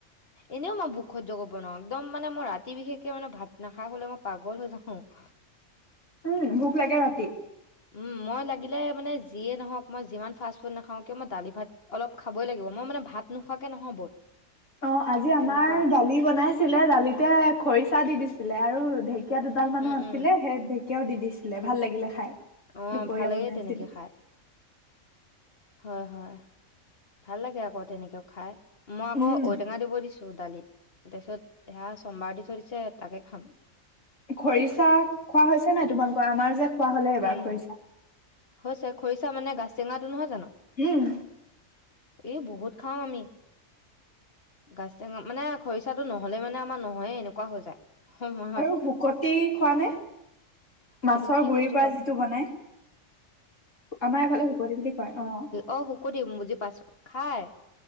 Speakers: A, on the left (about 50°); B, on the left (about 70°).
A: এনেও মই ভোক সহ্য ক'ব নোৱাৰওঁ, একদম মানে মই ৰাতি বিশেষকে মানে ভাত নাখাই শুলে মই পাগল হৈ যাওঁ। <inaudible>
B: উম ভোক লাগে ৰাতি
A: উম, মই লাগিলে মানে যিয়ে নহওক মই যিমান ফাষ্ট ফুড নাখাওঁ কিয় মই দালি ভাত অলপ খাবই লাগিব, মই মানে ভাত নোখোৱাকে নহ'ব।
B: অঁ, আজি আমাৰ
A: তেনেকুৱা
B: দালি বনাইছিলে দালিতে খৰিচা দি দিছিলে আৰু ঢে কীয়া দুডাল মানুহ
A: উম
B: আছিলে
A: উম
B: সেই ঢেকীয়াও দি দিছিলে ভাল লাগিলে খাই,
A: অ
B: দুপৰীয়া
A: ভাল লাগে
B: বনাইছিল।
A: তেনেকে খাই হয় হয়, ভাল লাগে আকৌ তেনেকেয়ো খাই মই আকৌ
B: উম
A: ঔটেঙা দিব দি ছোঁ দালিত, তাৰপিছত সেয়া চোমবাৰ দি থৈ দিছো তাকে খাম।
B: খৰিচা খোৱা হৈছে নাই তোমালোকৰ? আমাৰ যে খোৱা হলে এইবাৰ
A: উম
B: খৰিচা।
A: হৈছে, খৰিচা মানে গাজ টেঙাটো নহয় জানো।
B: উম।
A: এই বহুত খাওঁ আমি। গাছ চেঙা মানে খৰিচাটো নহলে মানে আমাৰ নহয়ে এনেকুৱা হৈ যায়। সময়ত
B: আৰু শুকতি খোৱা নে?
A: সেইটো
B: মাছৰ
A: কি
B: গুৰিৰ
A: বস্তু
B: পৰা
A: বা
B: যিটো বনাই, আমাৰ এইফালে শুকলি বুলি কয় অঁ।
A: অঁ, শুকতি উম বুজি পাইছো খাই।